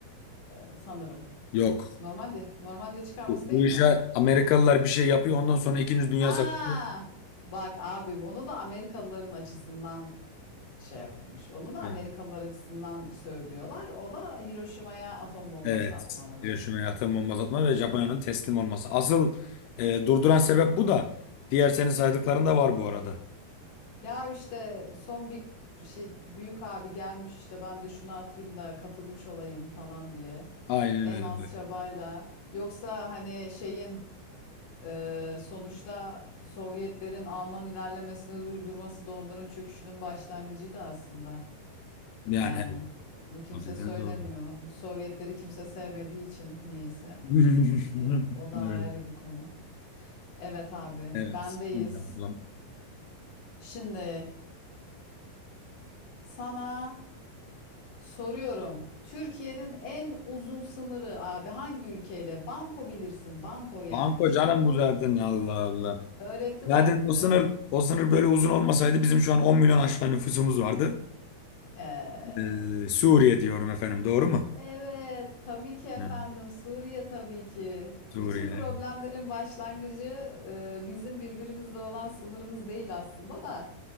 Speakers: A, on the left; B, on the left.
A: e, sanırım.
B: Yok.
A: Normandiya, Normandiya çıkarması
B: Bu, bu
A: değil mi?
B: işe Amerikalılar bir şey yapıyor. Ondan sonra İkinci Dünya
A: Ha!
B: Savaşı.
A: Bak abi onu da Amerikalıların açısından şey yapılmış. Onu da
B: Evet.
A: Amerikalılar açısından söylüyorlar. O da Hiroşima'ya atom bombası
B: Evet.
A: atmaları.
B: Hiroşima ve atom bombası atma ve Japonya'nın teslim olması. Asıl e, durduran sebep bu da. Diğer senin saydıkların da var bu arada.
A: Ya işte son bir bir şey büyük abi gelmiş işte ben de şunu atayım da katılmış olayım falan diye.
B: Aynen
A: En
B: öyle.
A: az çabayla. Yoksa hani şeyin e, sonuçta Sovyetlerin Alman ilerlemesini durdurması da onların çöküşünün başlangıcıydı aslında.
B: Yani
A: Yani
B: evet.
A: onu kimse
B: O dediğin
A: söylemiyor.
B: doğru.
A: Sovyetleri kimse sevmediği için niyeyse.
B: <laughs>
A: E, o da ayrı bir konu. Evet abi
B: Evet.
A: bendeyiz.
B: Evet. Allah'ım.
A: Şimdi sana Soruyorum. Türkiye'nin en uzun sınırı abi hangi ülkeyle? Banko bilirsin. Banko yani.
B: Banko
A: Çünkü
B: canım
A: bunu
B: bu zaten. Allah Allah.
A: öğrettiler
B: Zaten
A: bize.
B: o sınır o sınır böyle uzun olmasaydı bizim şu an 10 milyon aşağı nüfusumuz vardı.
A: Evet.
B: Ee, Suriye diyorum efendim, doğru mu?
A: Evet. Tabii ki efendim.
B: Hı.
A: Suriye tabii ki.
B: Suriye.
A: Bütün problemlerin başlangıcı e, bizim birbirimizle olan sınırımız değil aslında da.